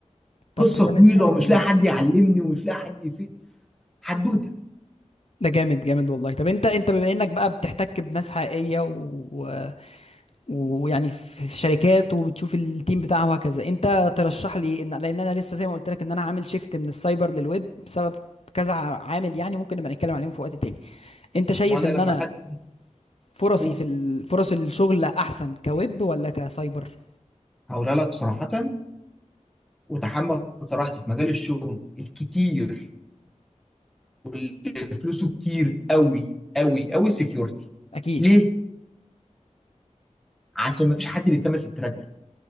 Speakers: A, on the left; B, in the centre.
A: طب
B: قصه
A: ده جامد
B: طويله
A: اه
B: ومش
A: والله
B: لاقي حد يعلمني ومش لاقي حد يفيد حدوته
A: ده جامد جامد والله طب انت انت بما انك بقى بتحتك بناس حقيقية و... و- ويعني في في شركات وبتشوف التيم بتاعها وهكذا انت ترشح لي ايه؟ ان لان انا لسه زي ما قلت لك ان انا عامل شيفت من السايبر للويب بسبب كذا ع- عامل يعني ممكن نبقى نتكلم عليهم في وقت تاني انت شايف
B: ما انا
A: ان
B: لما
A: انا
B: خدت
A: فرصي
B: قول
A: في ال... فرص الشغل احسن كويب ولا كسايبر
B: هقولها لك صراحه وتحمل صراحتي في مجال الشغل الكتير واللي فلوسه كتير قوي قوي قوي السكيورتي
A: اكيد
B: ليه؟ عشان ما فيش حد بيكمل في التراك ده